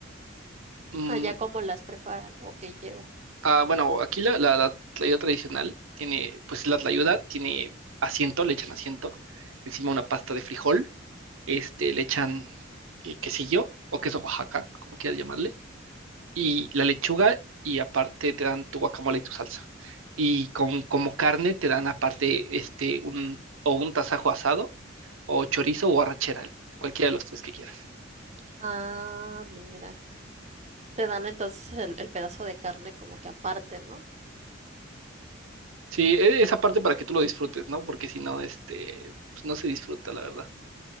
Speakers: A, on the right; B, on the right.
A: Mm,
B: Allá cómo las preparan o qué lleva.
A: Ah, bueno, aquí la, la, la tlayuda tradicional tiene, pues la tlayuda tiene asiento, le echan asiento, encima una pasta de frijol, este, le echan eh, quesillo o queso Oaxaca, como quieras llamarle, y la lechuga y aparte te dan tu guacamole y tu salsa. Y con, como carne te dan aparte este, un, o un tasajo asado o chorizo o arrachera, cualquiera de los tres que quieras.
B: Ah, mira. Te dan entonces el, el pedazo de carne como que aparte, ¿no?
A: Sí, e- esa parte para que tú lo disfrutes, ¿no? Porque si no, este, pues no se disfruta, la verdad.